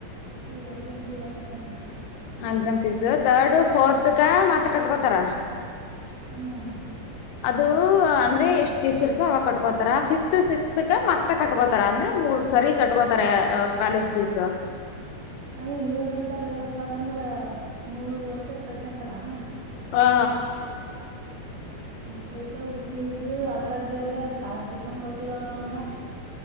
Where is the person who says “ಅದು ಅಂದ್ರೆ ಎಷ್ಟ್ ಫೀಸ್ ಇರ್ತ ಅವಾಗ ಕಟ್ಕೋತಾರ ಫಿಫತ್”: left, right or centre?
Left